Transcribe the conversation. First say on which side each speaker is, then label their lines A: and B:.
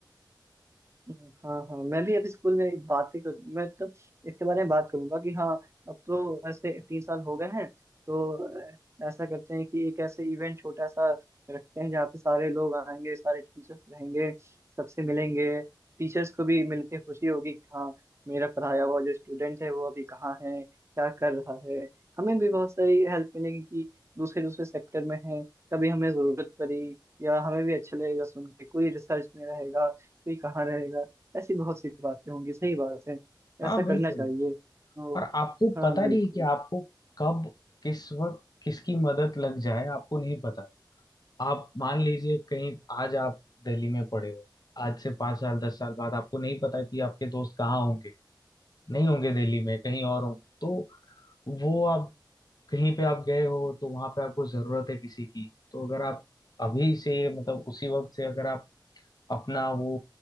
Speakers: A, on the right; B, on the left.
A: हाँ हाँ मैं भी अभी स्कूल में बातें कर मैं तो इसके बारे में बात करूंगा कि हाँ अब तो ऐसे तीन साल हो गए हैं तो ऐसा करते हैं कि एक ऐसे इवेंट छोटा सा रखते हैं जहाँ पे सारे लोग आएंगे सारे टीचर्स रहेंगे सबसे मिलेंगे टीचर्स को भी मिलके खुशी होगी कि हाँ मेरा पढ़ाया हुआ जो स्टूडेंट है वो अभी कहाँ है क्या कर रहा है हमें भी बहुत सारी हेल्प मिलेगी कि दूसरे दूसरे सेक्टर में है कभी हमें जरूरत पड़ी या हमें भी अच्छा लगेगा सुन के कोई रिसर्च में रहेगा कोई कहाँ रहेगा ऐसी बहुत सी बातें होंगी सही बात है
B: हाँ
A: ऐसा
B: बिल्कुल
A: करना चाहिए ओ,
B: और आपको
A: हाँ
B: पता
A: बिल्कुल
B: नहीं कि आपको कब किस वक्त किसकी मदद लग जाए आपको नहीं पता आप मान लीजिए कहीं आज आप दिल्ली में पड़े हो आज से पाँच साल दस साल बाद आपको नहीं पता कि आपके दोस्त कहाँ होंगे नहीं होंगे दिल्ली में कहीं और होंगे तो वो आप कहीं पे आप गए हो तो वहां पे आपको जरूरत है किसी की तो अगर आप अभी से मतलब उसी वक्त से अगर आप अपना वो